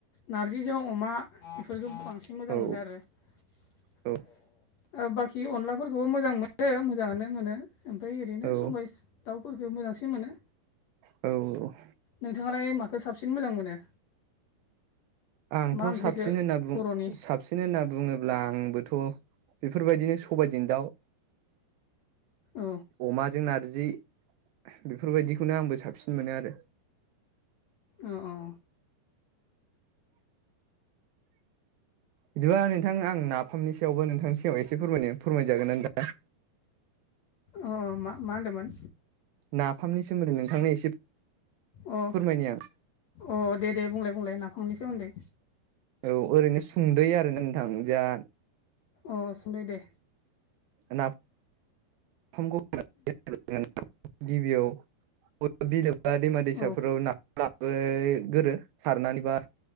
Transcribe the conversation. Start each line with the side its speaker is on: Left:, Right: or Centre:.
Left: नारजिजों अमा बेफोरखौ बांसिन मोजां
Right: औ
Left: मोनो आरो
Right: औ
Left: बाखि अनलाफोरखौबो मोजां मोनो मोजाङानो मोनो ओमफ्राय ओरैनो
Right: औ
Left: सबाय दाउफोरफोरखौ मोजांसिन मोनो
Right: औ औ
Left: नोंथाङालाय माखौ साबसिन मोजां मोनो
Right: आंथ'
Left: मा ओंख्रिखौ
Right: साबसिन होनना बुं
Left: बर'नि
Right: साब साबसिन होनना बुङोब्ला आंबोथ' बेफोरबायदिनो सबायजों दाउ
Left: औ
Right: अमाजों नारजि बेफोरबायदिखौनो आंबो साबसिन मोनो आरो
Left: अ औ
Right: बिदिबा नोंथां आं नाफामनि सायावबो नोंथांनि सायाव एसे फोरमायनो फोरमायजागोन नोंथां
Left: अ मा मा होनदोंमोन
Right: नाफामनि सोमोनदै नोंथांनो एसे
Left: अ
Right: फोरमायनि आं
Left: अ दे दे बुंलाय बुंलाय नाफामनि सोमोनदै
Right: औ ओरैनो सुंदयै आरोना नोंथां जा
Left: अ सुंद'यै दे
Right: नाफ नाफामखौ गिबियाव <unintelligible> बा दैमा दैसाफोराव
Left: औ
Right: ना लाबो गोरो सारनानैबा